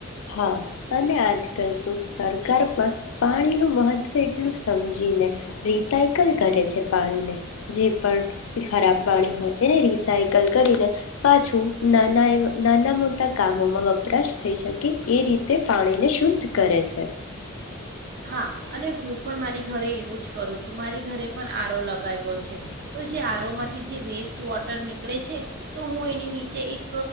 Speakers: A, on the left (about 70°); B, on the right (about 50°).
A: હા, અને આજકાલ તો સરકાર પણ પાણીનું મહત્ત્વ એટલું સમજીને રિસાયકલ કરે છે પાણીને, જે પણ ખરાબ પાણી હોય એને રિસાયકલ કરીને પાછું નાના એ નાના મોટા કામોમાં વપરાશ થઈ શકે એ રીતે પાણીને શુદ્ધ કરે છે.
B: હા અને હું પણ મારી ઘરે એવું જ કરું છું મારી ઘરે પણ આરો લગાવ્યો છે તો જે આરોમાંથી જે વેસ્ટ વોટર નીકળે છે, તો હું એની નીચે એક